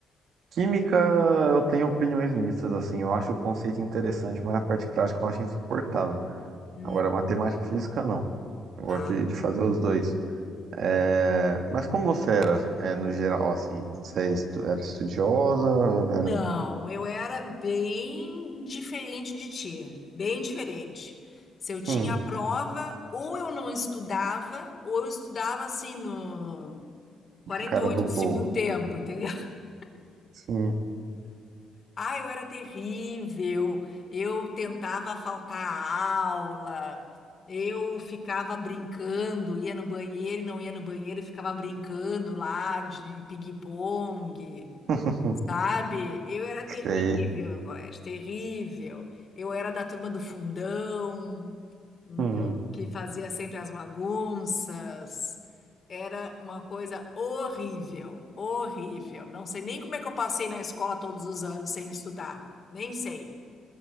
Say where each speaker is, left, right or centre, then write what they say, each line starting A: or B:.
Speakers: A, on the right; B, on the left.
A: química eu tenho opiniões mistas, assim. Eu acho o conceito interessante, mas a parte prática eu acho insuportável.
B: Hum.
A: Agora, matemática e física, não. Eu
B: Ah,
A: gosto de, de fazer os dois. É, mas como você era, é, no geral, assim? Você é estu- era estudiosa? Era,
B: Não, eu era bem diferente de ti, bem diferente. Se eu tinha
A: hum,
B: prova, ou eu não estudava, ou eu estudava assim no quarenta
A: a cara
B: e oito
A: do
B: de
A: gol.
B: segundo tempo, entendeu? <laughs>
A: Sim,
B: Ah, eu era terrível. Eu tentava faltar a aula. Eu ficava brincando, ia no banheiro e não ia no banheiro, e ficava brincando lá de pigue-pongue.
A: <laughs>
B: Sabe? Eu era terrível
A: sei.
B: no colégio, terrível. Eu era da turma do fundão, então
A: Hum.
B: que fazia sempre as bagunças. Era uma coisa horrível, horrível. Não sei nem como é que eu passei na escola todos os anos sem estudar. Nem sei,